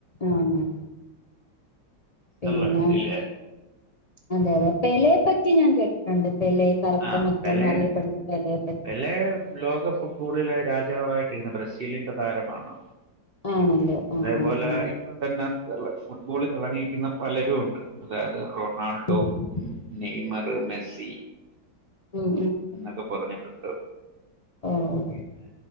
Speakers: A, on the left; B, on the right.
A: ആഹ്
B: സ്വിറ്റ്സർലാൻഡ്
A: പിന്നെ
B: ഇല്ലേ
A: അതെ അതെ പെലയെ പറ്റി ഞാൻ കേട്ടിട്ടുണ്ട് പെലയെ കറുത്ത
B: ആ
A: മുത്ത്
B: പെലെ
A: എന്നറിയപ്പെടുന്ന പെലയെപ്പറ്റി
B: പെലെ ലോക ഫുട്ബോളിലെ രാജാവായിട്ടിരുന്ന ബ്രസീലിന്റെ താരമാണ്
A: ആണല്ലേ ആ
B: അതേപോലെ
A: ആ ആ
B: ഇപ്പ തന്നെ ഫുട്ബോളിൽ തിളങ്ങി നിക്കുന്ന പലരും ഉണ്ട് അതായത് റൊണാൾഡോ
A: ഉം
B: നെയ്മറ് മെസ്സി
A: ഉം
B: എന്നൊക്കെ പറഞ്ഞിട്ടുണ്ട്
A: ഉം
B: പിന്നെ